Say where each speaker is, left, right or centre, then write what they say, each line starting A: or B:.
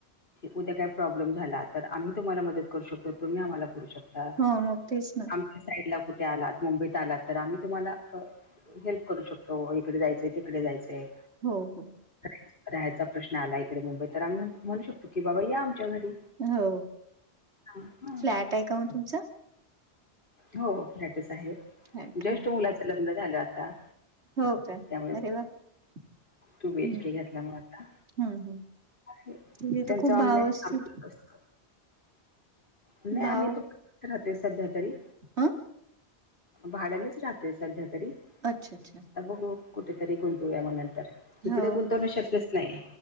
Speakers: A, on the left; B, on the right.
A: उद्या काय प्रॉब्लेम झाला तर आम्ही तुम्हाला मदत करू शकतो तुम्ही आम्हाला करू शकता
B: हो मग तेच ना
A: आमच्या साईडला कुठे आलात मुंबईत आलात तर आम्ही तुम्हाला हेल्प करू शकतो इकडे जायचंय तिकडे जायचंय?
B: हो- हो
A: हाय राहायचा प्रश्न आला इकडे मुंबई तर आम्ही म्हणू शकतो की बाबा या आमच्या घरी.
B: हो
A: हां.
B: फ्लॅट आहे का मग तुमचा?
A: हो, प्लॅटच आहे.
B: फ्लॅट
A: जस्ट मुलाचं लग्न झालं आता.
B: हो काय,
A: त्यामुळे
B: अरे वा हम
A: टू बीएचके घेतला मग आता
B: हम्म हम्
A: त्यांचं
B: तिथ खूप
A: ऑनलाईन
B: भाव असतील?
A: काम करत असत नाही
B: भाव
A: आम्ही तुम राहतोय सध्या तरी
B: ह
A: भाड्यानेच राहतोय. सध्या तरी
B: अच्छा! अच्छा!
A: आता बघु कुठेतरी गुंतवूया म्हग नंतर इकडे
B: हो
A: गुंतवण शक्यच नाही.